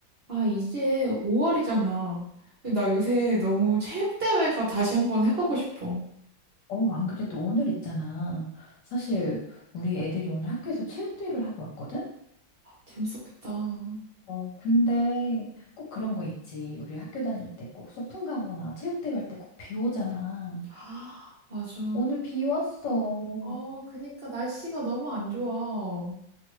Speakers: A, on the right; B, on the left.
A: 아, 이제 5월이잖아. 나 요새 너무 체육대회가 다시 한번 해보고 싶어.
B: 어, 안 그래도 오늘 있잖아. 사실 우리 애들이 오늘 학교에서 체육대회를 하고 왔거든?
A: 재밌었겠다. <gasps>
B: 어, 근데 꼭 그런 거 있지. 우리 학교 다닐 때 꼭 소풍 가거나 체육대회 할 때 꼭 비 오잖아.
A: 아, 맞아.
B: 오늘 비 왔어.
A: 어, 그니까 날씨가 너무 안 좋아.